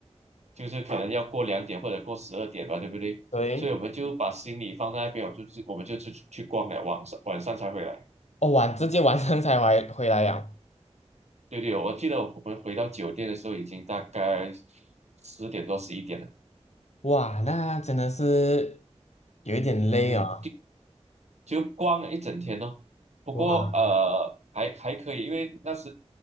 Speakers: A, on the right; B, on the left.
A: 就是可能要过两点或者过十二点吧，对不对？
B: 对，
A: 所以我们就把行李放在那边，我就去我们就去去逛了，晚上晚上才回来。
B: 哦晚直接晚上才回回来呀，
A: 对对，我记得我们回到酒店的时候已经大概十点多十一点了。
B: 哇，那真的是有一点累哦，
A: 嗯，就逛了一整天哦。不过呃，
B: 哇，
A: 还还可以，因为那时